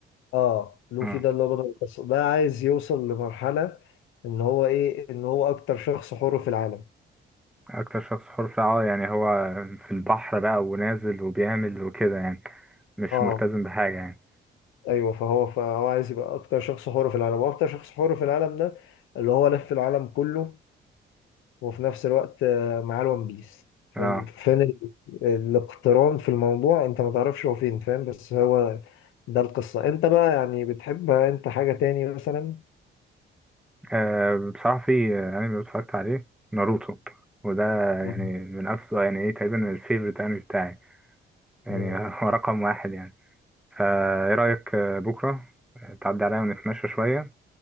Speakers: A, on the left (about 85°); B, in the centre.
A: اه لوفي
B: امم
A: ده اللي هو بطل القصة ده عايز يوصل لمرحلة ان هو ايه ان هو اكتر شخص حر في العالم
B: اكتر شخص حر في اه يعني هو في البحر بقى ونازل وبيعمل وكده يعني مش
A: اه
B: ملتزم بحاجه يعني
A: ايوه فهو فهو عايز يبقى اكتر شخص حر في العالم واكتر شخص حر في العالم ده اللي هو لف العالم كله وفي نفس الوقت آه، معاه الون بيس
B: آه.
A: فاهم فين ال- الاقتران في الموضوع انت ما تعرفش هو فين فاهم بس هو ده القصة انت بقى يعني بتحب انت حاجة تاني مثلا
B: أه بصراحة في أنمي اتفرجت عليه ناروتو وده
A: مم.
B: يعني من أفضل يعني إيه تقريبا الفيفوريت أنمي بتاعي يعني
A: مم.
B: <laughs> هو رقم واحد يعني آه، إيه رأيك آه، بكرة آه، تعدي عليا ونتمشى شوية